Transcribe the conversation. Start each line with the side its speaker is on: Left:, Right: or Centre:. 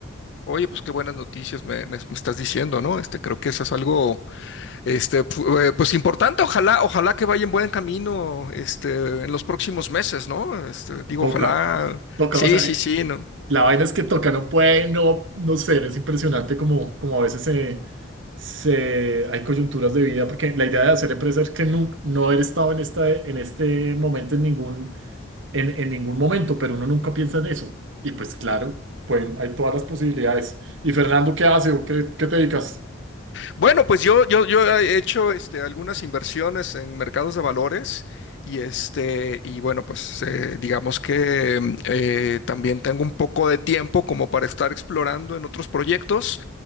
Left: Oye, pues qué buenas noticias me, me- me estás diciendo, ¿no? Este, creo que eso es algo, este, pu- eh, pues importante. Ojalá, ojalá que vaya en buen camino, este, en los próximos meses, ¿no? Este, digo,
Right: Toca,
Left: ojalá.
Right: toca,
Left: Sí,
Right: o sea,
Left: sí, sí, ¿no?
Right: La vaina es que toca, no puede, no, no ser, es impresionante como, como a veces se, se, hay coyunturas de vida, porque la idea de hacer empresa es que no, no haber estado en, esta, en este momento en ningún, en, en ningún momento, pero uno nunca piensa en eso. Y pues claro, pues hay todas las posibilidades. ¿Y Fernando qué hace o qué, qué te dedicas?
Left: Bueno, pues yo, yo, yo he hecho, este, algunas inversiones en mercados de valores y este, y bueno, pues eh, digamos que mm, eh, también tengo un poco de tiempo como para estar explorando en otros proyectos.